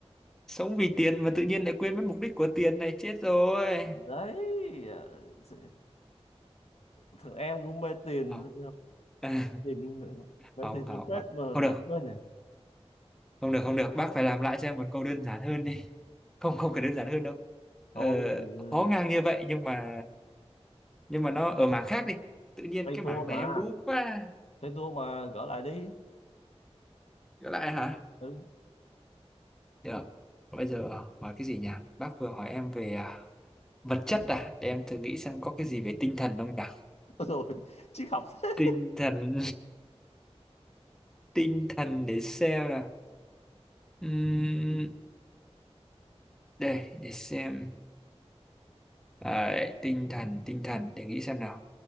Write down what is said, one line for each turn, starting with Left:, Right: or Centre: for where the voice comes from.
Centre: sống vì tiền mà tự nhiên lại quên mất mục đích của tiền này chết rồi
Left: <laughs> đấy ờ, th- thằng em cũng mê tiền
Centre: không <laughs>
Left: tiền mê
Centre: không
Left: tiền
Centre: không
Left: theo phết
Centre: không
Left: mà
Centre: không
Left: lại
Centre: được
Left: quên nè
Centre: không được không được bác phải làm lại cho em một câu đơn giản hơn đi không không cần đơn giản hơn đâu ờ,
Left: thôi ờ,
Centre: khó ngang như vậy nhưng mà nhưng mà nó ở mảng khác đi tự nhiên
Left: tay
Centre: cái
Left: tua
Centre: mảng
Left: mà
Centre: này em lú quá
Left: Thấy tôi mà gỡ lại đi.
Centre: trở lại hả
Left: Ừ,
Centre: được bây giờ hỏi cái gì nhỉ bác vừa hỏi em về à, vật chất à để em thử nghĩ xem có cái gì về tinh thần không nhỉ
Left: <laughs> rồi triết học thế.
Centre: tinh thần <laughs> tinh thần để xem là Ừm, đây để xem à, tinh thần tinh thần để nghĩ xem nào